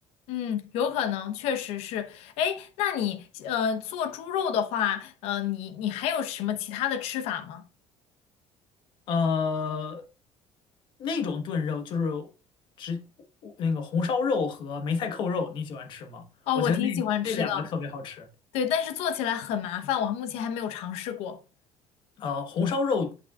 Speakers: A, on the left (about 80°); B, on the left (about 50°).
A: 嗯，有可能，确实是。哎，那你呃做猪肉的话，呃，你你还有什么其他的吃法吗？
B: 呃，那种炖肉就是只那个红烧肉和梅菜扣肉，你喜欢吃吗？
A: 哦，
B: 我觉得那这两个特别好吃。
A: 我挺喜欢吃的，对，但是做起来很麻烦，我目前还没有尝试过。
B: 呃，红烧肉